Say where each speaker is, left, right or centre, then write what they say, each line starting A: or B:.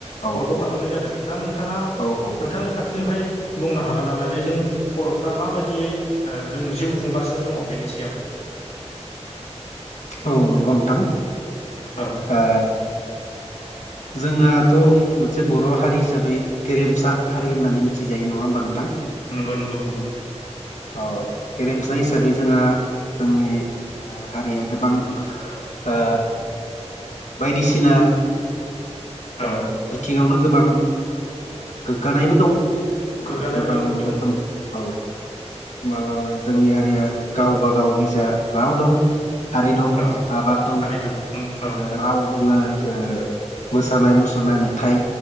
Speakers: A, on the left (about 85°); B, on the left (about 65°).
A: औ
B: कलखौ खालामनाय जादों। दा नोंथाङा
A: औ औ
B: नोंथांनि फारसेनिफ्राय बुंनो हागोन नामा जे जों बर'फ्रा माबादायदियै ओ जों जिउ खुंगासिनो दङ बेनि सायाव।
A: औ नंगौ नोंथां।
B: औ।
A: आ जोंनााथ' मोनसे बर' हारि हिसाबै गेरेमसा हारि होननानै मिथिजायो नङा होमबा नोंथां?
B: नोंगौ नोंगौ नोंगौ।
A: औ गेरेमसा हिसाबै जोंहा जोंनि ओ हारिया गोबां ओ बायदिसिना
B: औ
A: ओ बिथिङावनो गोबां ओ गोग्गानायबो दं। ओ
B: गोग्गानायबो
A: गोबां
B: दं नंगौ
A: रोखोम
B: नंगौ
A: औ माबा जोंनि हारिया गावबा गाव निजा राव दं। हारि दं
B: औ
A: आबाद दं
B: हारि उम औ
A: ओ राव दङ ओ मोसानाय मुसुरनाय मेथाइ